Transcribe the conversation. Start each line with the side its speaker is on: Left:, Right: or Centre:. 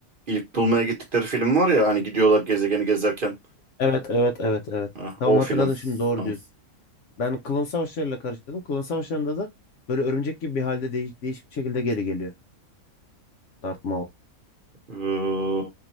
Right: İlk bulmaya gittikleri film var ya hani gidiyorlar gezegeni gezerken.
Left: Evet evet evet evet.
Right: Ha,
Left: Tamam
Right: o
Left: hatırladım
Right: film.
Left: şimdi doğru
Right: Ha.
Left: diyorsun. Ben klon savaşlarıyla karıştırdım. Klon savaşlarında da böyle örümcek gibi bir halde değiş değişik bir şekilde geri geliyor Darth Maul.
Right: Ee,